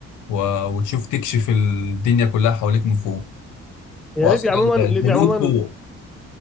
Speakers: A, on the left; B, in the centre.
A: و... وتشوف تكشف الدنيا كلها حواليك من فوق
B: هي
A: واصلا
B: ليبيا عموما
A: الحدود
B: ليبيا عموما
A: فوق